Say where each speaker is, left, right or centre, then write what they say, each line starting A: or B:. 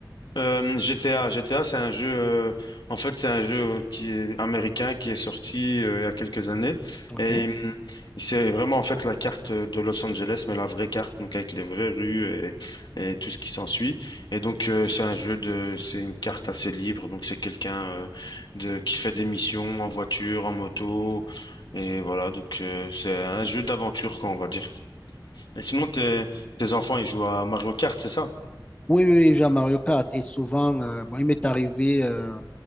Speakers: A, on the left; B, on the left.
A: Euh, GTA, GTA, c'est un jeu. euh, en fait, c'est un jeu euh, qui est américain qui est sorti euh, il y a quelques années
B: Ok.
A: et hum, c'est vraiment en fait la carte de Los Angeles, mais la vraie carte, donc avec les vraies rues et, et tout ce qui s'ensuit. Et donc euh, c'est un jeu de, c'est une carte assez libre. Donc c'est quelqu'un euh, de qui fait des missions en voiture, en moto et voilà. Donc euh, c'est un jeu d'aventure, quoi, on va dire. Et sinon, tes tes enfants, ils jouent à Mario Kart, c'est ça?
B: Oui, oui, oui, je joue à Mario Kart et souvent, euh, bon, il m'est arrivé euh,